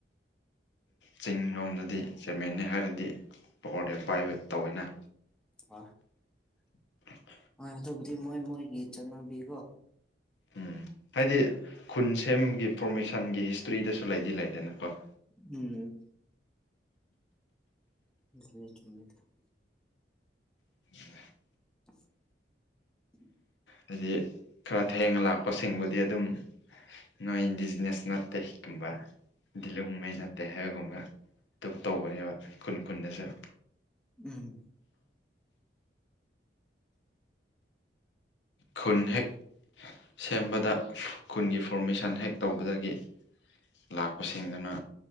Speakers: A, on the left (about 80°); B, in the centre.
A: ꯆꯤꯡ ꯂꯣꯝꯗꯗꯤ ꯁꯦꯃꯦꯅꯤ ꯍꯥꯏꯔꯗꯤ ꯄꯀꯣꯔꯗ ꯌꯥꯝ ꯄꯥꯏꯕ ꯇꯧꯋꯦꯅ
B: <unintelligible>
A: <inaudible>
B: ꯍꯣꯏ ꯑꯗꯨꯕꯨꯗꯤ ꯃꯣꯏ ꯃꯣꯏꯒꯤꯠ ꯆꯠꯅꯕꯤꯀꯣ
A: ꯎꯝ ꯍꯥꯏꯗꯤ ꯈꯨꯟ ꯁꯦꯝꯒꯤ ꯐꯣꯔꯃꯦꯁꯟꯒꯤ ꯍꯤꯁꯇ꯭ꯔꯤꯗꯁꯨ ꯂꯩꯗꯤ ꯂꯩꯔꯦꯅꯀꯣ
B: ꯎꯝ <unintelligible>
A: <unintelligible>
B: <inaudible>
A: ꯍꯥꯏꯗꯤ ꯈꯔ ꯊꯦꯡꯅ ꯂꯥꯛꯄꯁꯤꯡꯕꯨꯗꯤ ꯑꯗꯨꯝ ꯅꯣꯏ ꯕꯤꯖꯤꯅꯦꯁ ꯅꯠꯇ ꯀꯨꯝꯕ ꯗꯤꯂꯨꯡꯉꯩ ꯅꯠꯇꯦ ꯍꯥꯏꯕꯒꯨꯝꯕ ꯑꯗꯨꯝ ꯇꯧꯕꯅꯦꯕ ꯈꯨꯟ ꯈꯨꯟꯗꯁꯨ
B: ꯎꯝ
A: ꯈꯨꯟ ꯍꯦꯛ ꯁꯦꯝꯕꯗ ꯈꯨꯟꯒꯤ ꯐꯣꯔꯃꯦꯁꯟ ꯍꯦꯛ ꯇꯧꯕꯗꯒꯤ꯫ ꯂꯥꯛꯄꯁꯤꯡꯗꯨꯅ